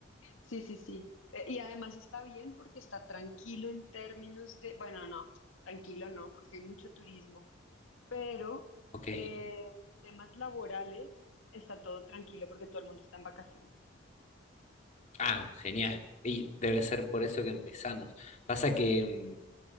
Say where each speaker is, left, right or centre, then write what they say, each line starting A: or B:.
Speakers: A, on the left; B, on the left.
A: Sí, sí, sí. Eh, Y además está bien porque está tranquilo en términos de, bueno, no, tranquilo no, porque hay mucho turismo, pero
B: Ok.
A: eh, en temas laborales está todo tranquilo porque todo el mundo está en vacaciones.
B: Ah, genial. Y debe ser por eso que empezamos. Pasa que